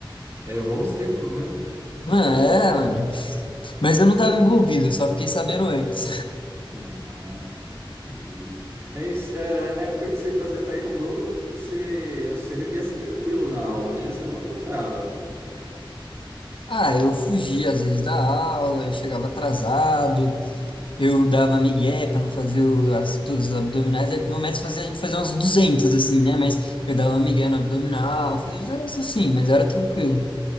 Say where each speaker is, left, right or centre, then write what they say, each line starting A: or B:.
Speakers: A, on the right (about 25°); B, on the left (about 70°).
A: É bons tempos, né?
B: Mano,
A: Bons
B: é,
A: tempos.
B: mano, mas eu não tava envolvido, eu só fiquei sabendo antes.
A: Ah, entendi. Mas eh, na época que você fazia taekwondo, você, você devia ser tranquilo na aula, né? Você não aprontava.
B: Ah, eu fugia às vezes da aula, eu chegava atrasado, Eu dava migué para não fazer o- as, todos os abdominais. É que meu método fazia a gente fazer uns 200 assim, né? Mas eu dava migué no abdominal, fazia uns negócios assim, mas era tranquilo.